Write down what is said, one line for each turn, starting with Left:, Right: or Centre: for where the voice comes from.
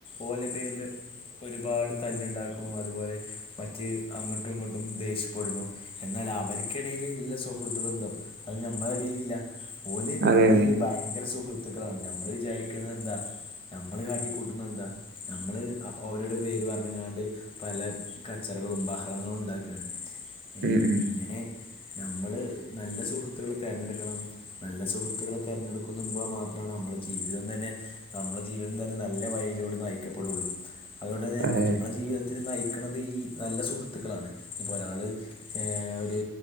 Left: ഓല പേരില് ഒരുപാട് തല്ലിണ്ടാക്കുണു അതുപോലെ മറ്റ് അങ്ങട്ടും ഇങ്ങട്ടും ദേഷ്യപ്പെടുന്നു. എന്നാൽ അവർക്കിടേൽ ഇല്ല സുഹൃദ് ബന്ധം അത് ഞമ്മളെ ഇടേൽ ഇല്ല. ഓല്
Right: അതെ
Left: ഇടയില്
Right: അതെ
Left: ഭയങ്കര സുഹൃത്തുക്കളാണ് നമ്മള് വിചാരിക്കുന്നത് എന്താ നമ്മള് കാട്ടിക്കൂട്ടുണ എന്താ നമ്മള് അവരുടെ പേര് പറഞ്ഞ്ങ്ങാണ്ട് പല കച്ചറകളും ബഹളങ്ങളും ഉണ്ടാക്കാണ് ഏഹ്
Right: ഉം ഉം
Left: ഇങ്ങനെ ഞമ്മള് നല്ല സുഹൃത്തുക്കള് തെരഞ്ഞെടുക്കണം നല്ല സുഹൃത്തുക്കളെ തെരഞ്ഞെടുക്കുന്നുമ്പൾ മാത്രമാണ് നമ്മള് ജീവിതം തന്നെ നമ്മളെ ജീവിതം തന്നെ നല്ല വഴിയിലൂടെ നയിക്കപ്പെടുള്ളു. അതുകൊണ്ട് തന്നെ
Right: അതെ
Left: ഞമ്മളെ ജീവിതത്തിൽ നയിക്കണത് ഈ നല്ല സുഹൃത്തുക്കളാണ് ഇപ്പോ ഒരാള് ശേഹ് ഒരു